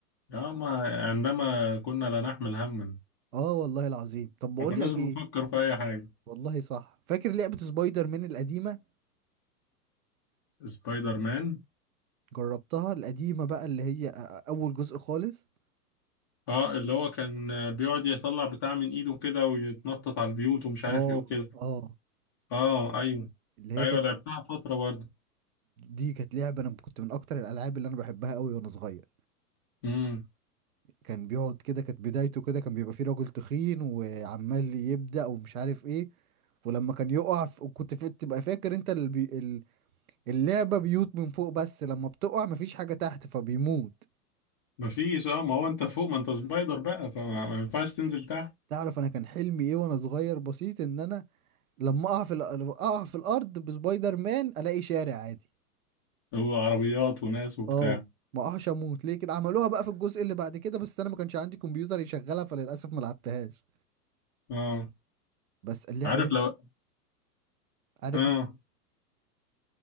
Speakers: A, on the left (about 15°); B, on the right (about 60°).
A: آه ما عندما كنا لا نحمل هما
B: اه والله العظيم طب بقول
A: ما كناش
B: لك
A: بنفكر
B: ايه
A: في أي حاجة
B: والله صح فاكر لعبه سبايدر مان القديمه
A: سبايدر مان
B: جربتها القديمة بقى اللي هي أ- أ- أول جزء خالص
A: اه اللي هو كان بيقعد يطلع بتاع من ايده كده ويتنطط على البيوت ومش عارف
B: اه
A: ايه وكده.
B: اه
A: اه ايوه
B: اللي هي
A: ايوه
B: كانت
A: لعبتها فترة برضه
B: دي كانت لعبة أنا كنت من أكتر الألعاب اللي أنا بحبها أوي وأنا صغير
A: امم
B: كان بيقعد كده كانت بدايته كده كان بيبقى فيه راجل تخين وعمال يبدأ ومش عارف إيه ولما كان يقع ف... وكنت في... تبقى فاكر أنت اللي بي... ال- اللعبة بيوت من فوق بس لما بتقع مفيش حاجة تحت فبيموت
A: مفيش اه ما هو انت فوق ما انت سبايدر بقى فما ما ينفعش تنزل تحت
B: تعرف أنا كان حلمي إيه وأنا صغير بسيط إن أنا لما أقع في الأ- أقع في الأرض بسبايدر مان ألاقي شارع عادي
A: وعربيات وناس وبتاع
B: اه ما اقعش اموت ليه كده عملوها بقى في الجزء اللي بعد كده بس انا ما كانش عندي كمبيوتر يشغلها فللاسف ما لعبتهاش
A: اه
B: بس اللعبه
A: عارف
B: دي
A: لو
B: عارف
A: اه